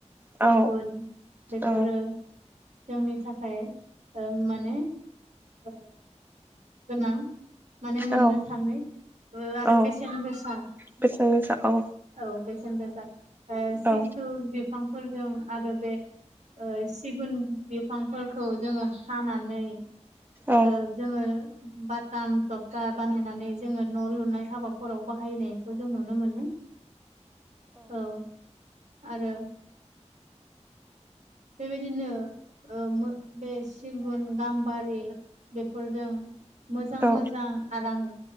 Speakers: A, on the right; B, on the right.
A: सिगुन
B: औ
A: बेफोरो
B: औ
A: जोंनि थाखाय ओ माने ओ गोनां माने मोननो
B: औ
A: थाङै ओ आरो
B: औ
A: बेसेन गोसा
B: बेसेन गोसा औ
A: औ बेसेन गोसा ओ सिसु
B: औ
A: बिफांफोरजों आरो बे ओ सिगुन बिफांफोरखौ जोङो हानानै
B: औ
A: ओ जोङो बाथाम थबखा बानायनानै जोङो न' लुनाय हाबाफोराव बाहायनायखौ जों नुनो मोनो औ आरो बेबायदिनो ओ बे सिगुन गाम्बारि बेफोरजों मोजां
B: औ
A: मोजां आरां